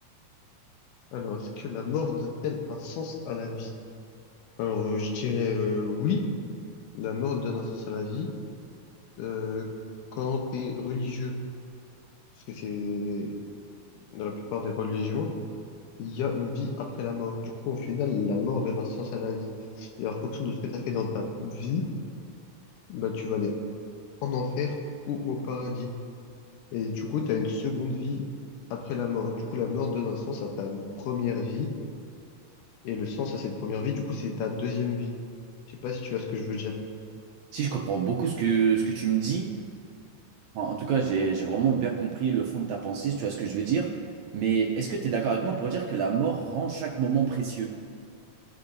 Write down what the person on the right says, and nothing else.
Si je comprends beaucoup ce que, ce que tu me dis, en, en tout cas j'ai, j'ai vraiment bien compris le fond de ta pensée, si tu vois ce que je veux dire, mais est-ce que tu es d'accord avec moi pour dire que la mort rend chaque moment précieux?